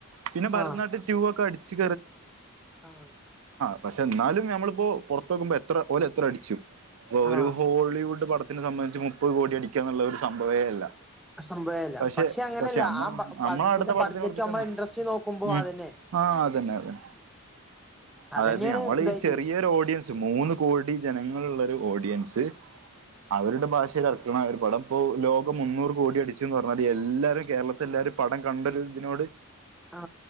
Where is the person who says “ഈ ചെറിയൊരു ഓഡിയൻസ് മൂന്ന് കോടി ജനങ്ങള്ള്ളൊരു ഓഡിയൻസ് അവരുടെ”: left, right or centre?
Right